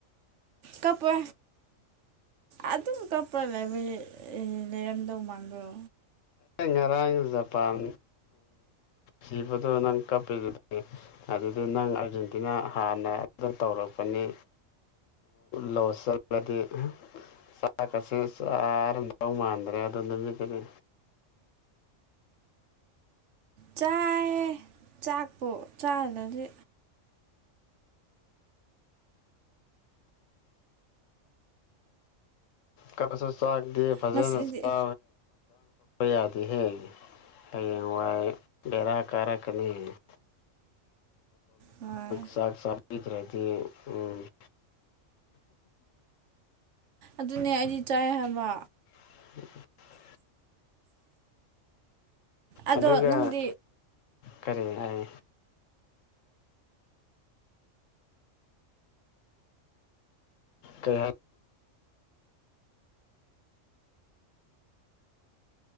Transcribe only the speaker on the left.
ꯉꯔꯥꯡ ꯖꯄꯥꯟ ꯖꯤꯕꯗ ꯅꯪ ꯀꯞꯄ ꯑꯗꯨ ꯑꯗꯨ ꯅꯪ ꯑꯥꯔꯖꯦꯟꯇꯤꯅꯥ ꯍꯥꯟꯅ ꯑꯗꯨ ꯇꯧꯔꯛꯄꯅꯤ ꯂꯁꯗꯤ ꯁꯥ ꯀꯁꯦ ꯁꯔꯒꯎ ꯃꯥꯟꯗꯔꯦ ꯑꯗꯨ ꯀꯔꯦ
ꯀ ꯆ ꯐꯖ
ꯆ ꯁ꯭ꯔ ꯌꯥ ꯍ ꯑꯩ ꯦꯔꯥ ꯀꯥꯔꯛ ꯅꯤ
ꯁꯥ ꯎꯝ
<unintelligible>
ꯑꯗꯨꯒ
ꯀꯔꯤ ꯍꯥꯏ ꯀꯩ ꯍꯥꯏ